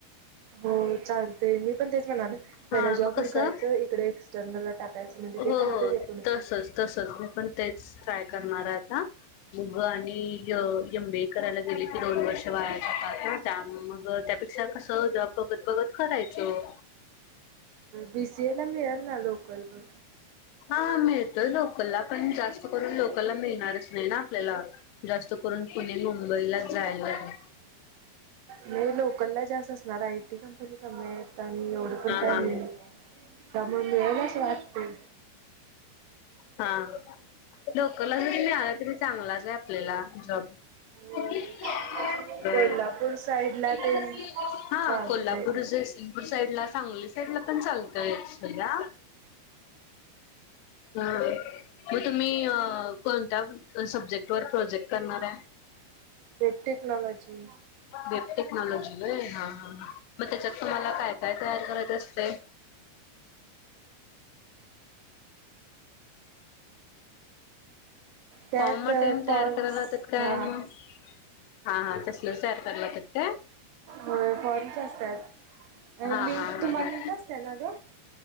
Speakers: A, on the right (about 80°); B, on the left (about 90°).
A: होय चालतय मी पण तेच म्हणालोय. पहिला
B: हा मग
A: जॉब
B: कसं
A: उडकायचं इकडं एक्सर्टनल ला टाकायचं म्हणजे
B: हो
A: ते पण
B: हो
A: होतंय ते पण होतंय.
B: तसच तसच मी पण तेच ट्राय करणार हाय आता <unintelligible> आणि एम बी ए करायला गेलेत दोन वर्ष वाया जातात ना त्या मुळे मग त्यापेक्षा कसं जॉब बघत बघत करायचं.
A: बीसीए ला मिळलं लोकल वर
B: हा मिळतोय लोकलला पण जास्त करून लोकलला मिळणारच नाही ना आपल्याला जास्त करुन पुणे, मुंबईलाच जायला लागेल.
A: नाही लोकल ला जास्त असणार आयटी कंपनी कमी आहेत. इथं आणि एवढं पण
B: हा
A: काय
B: हा
A: नाही त्यामुळं मिळलं असं वाटते
B: हा लोकला जरी मिळाला, तरी चांगलाच हाय आपल्याला जॉब.
A: होय
B: <inaudible> बर
A: कोल्हापूर साईडला
B: <inaudible>
A: ते
B: हा
A: चालतंय
B: कोल्हापूर, जयसिंग पूर साईडला, सांगली साईडला पण चालतय सध्या होय, म तुम्ही अ कोणत्या सब्जेक्ट वर प्रोजेक्ट करणार आहे.
A: Web technology.
B: वेब टेक्नॉलॉजी व्हय हा हा म त्याच्यात तुम्हाला काय काय तयार करायचं असतय?
A: त्यात
B: फॉर्म तेन
A: फॉर्म्स
B: तयार कराय लावत्यात काय
A: हा
B: मग? हा हा तसलचं तयार कराय लावत्यात काय?
A: होय फॉर्म च असत्यात आणि
B: हा
A: लिंक
B: हा हा
A: तुम्हाला
B: हा
A: लिंक असत्या ना ग?